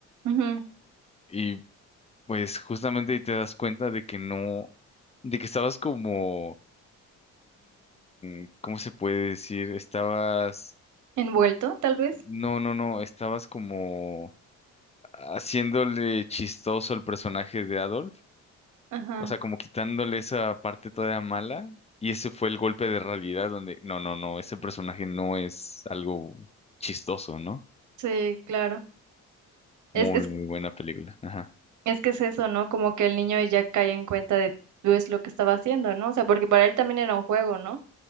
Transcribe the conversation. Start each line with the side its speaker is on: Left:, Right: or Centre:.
Right: Ujú.
Left: y pues justamente ahí te das cuenta de que no, de que estabas como, mm, ¿cómo se puede decir? Estabas,
Right: Envuelto, tal vez.
Left: no, no, no, estabas como haciéndole chistoso el personaje de Adolf
Right: Ajá.
Left: O sea, como quitándole esa parte todavía mala. Y ese fue el golpe de realidad donde, no, no, no, ese personaje no es algo chistoso, ¿no?
Right: Sí, claro.
Left: Muy,
Right: Es, es,
Left: muy buena película. Ajá.
Right: es que es eso, ¿no? Como que el niño ya cae en cuenta de pues lo que estaba haciendo, ¿no? O sea, porque para él también era un juego, ¿no?